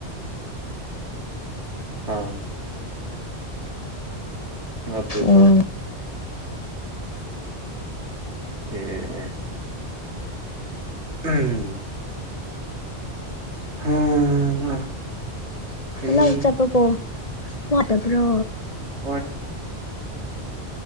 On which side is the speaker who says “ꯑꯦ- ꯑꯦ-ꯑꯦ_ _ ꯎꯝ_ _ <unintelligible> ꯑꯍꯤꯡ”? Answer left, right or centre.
Right